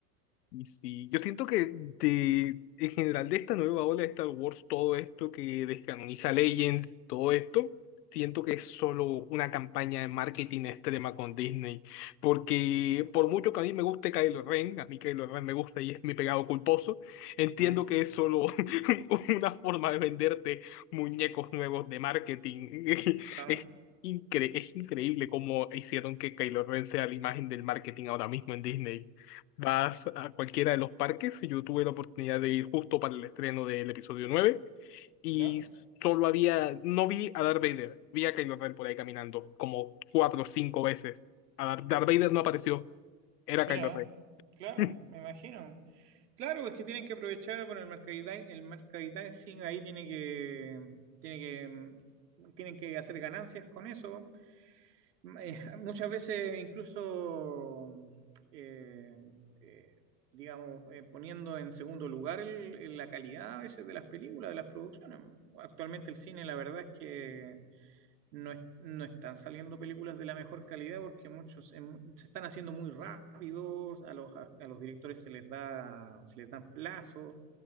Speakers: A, on the left; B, on the right.
A: Y sí, yo siento que de, en general de esta nueva ola de Star Wars, todo esto que descanoniza Legends, todo esto, siento que es solo una campaña de marketing extrema con Disney. Porque por mucho que a mí me guste Kylo Ren, a mí Kylo Ren me gusta y es mi pegado culposo, entiendo
B: Mm,
A: que es solo <laughs> una forma de venderte muñecos nuevos de marketing. <laughs>
B: claro,
A: Es incre- es increíble cómo hicieron que Kylo Ren sea la imagen del marketing ahora mismo en Disney. Vas a cualquiera de los parques. Yo tuve la oportunidad de ir justo para el estreno del episodio 9 y
B: ¿ya?
A: solo había, no vi a Darth Vader, vi a Kylo Ren por ahí caminando como cuatro o cinco veces. A Dar- Darth Vader no apareció, era
B: Mira,
A: Kylo Ren.
B: claro,
A: <laughs>
B: me imagino. Claro, es que tienen que aprovechar, bueno, el mercadita- el mercadising ahí tiene que, tiene que, mm, tienen que hacer ganancias con eso. Mm, eh, <laughs> muchas veces incluso, mm, eh, eh, digamos, eh, poniendo en segundo lugar el- el- la calidad a veces de las películas, de las producciones. Actualmente el cine, la verdad es que no, es- no están saliendo películas de la mejor calidad porque muchos en- se están haciendo muy rápidos, a los, a, a los directores se les da, se les dan plazos,